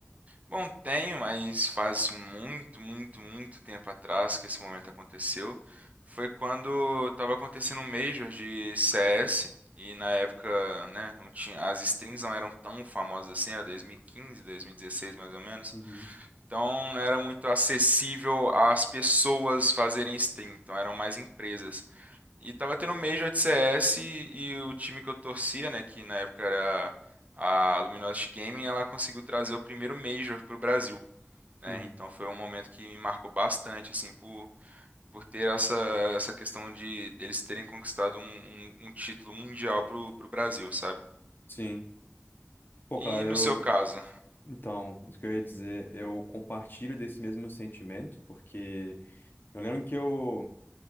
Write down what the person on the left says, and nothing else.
Uhum,
uhum.
Sim. Pô,
cara,
eu.
Então, isso que eu ia dizer, eu compartilho desse mesmo sentimento, porque eu lembro que eu.